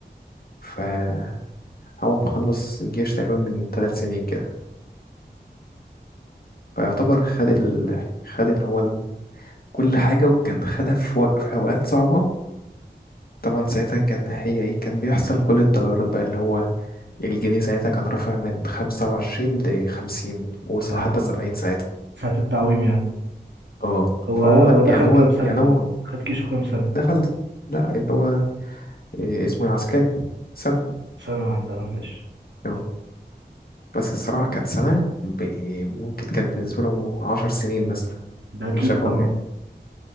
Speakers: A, on the left (about 55°); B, on the right (about 80°).
A: فهو مخلص الجيش تقريبا من ثلاث سنين كده فيعتبر خد ال... خد اللي هو ال... كل حاجة وكان خدها في, و... في أوقات صعبة طبعا ساعتها كان هي إيه كان بيحصل كل التغيرات بقى اللي هو الجنيه ساعتها كان رافع من خمسة وعشرين لخمسين وحتى
B: اه
A: سبعين ساعتها
B: ساعه التعويم يعني
A: اه
B: هو
A: فهو
B: هو دخل
A: يعني هو
B: كام سنه
A: يعني هو
B: خد كيشو كام سنه
A: دخل لا اللي هو إيه اسمه إيه، عسكري سنة
B: سنه واحده اه ماشي
A: اه. بس الصراحة كانت سنة ب- ممكن كانت بالنسبة له عشر سنين مثلا
B: ده اكيد
A: اللي شافه
B: طبعا
A: هناك